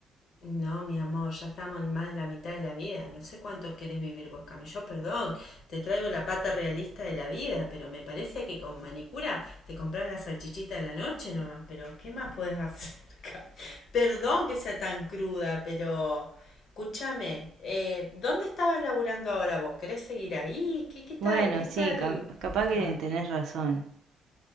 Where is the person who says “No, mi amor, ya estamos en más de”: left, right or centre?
Left